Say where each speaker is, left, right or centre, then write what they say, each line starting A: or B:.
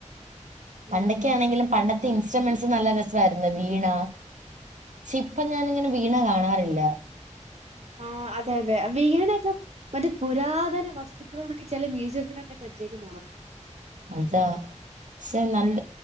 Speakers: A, on the right (about 75°); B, on the right (about 60°).
A: പണ്ടൊക്കാണെങ്കിലും
B: ഉം
A: പണ്ട ഇൻസ്ട്രുമെന്റ്സ് നല്ല രസമായിരുന്നു വീണ പക്ഷെ ഇപ്പ ഞാനിങ്ങനെ വീണ കാണാറില്ല
B: ആഹ് അതെ അതെ വീണ ഒക്കെ മറ്റേ പുരാതന വസ്തുക്കൾ എന്നൊക്കെ ചില മ്യൂസിയത്തിനകത്തൊക്കെ വച്ചേക്കുന്നത് കാണാം
A: അതാ പക്ഷെ നല്ല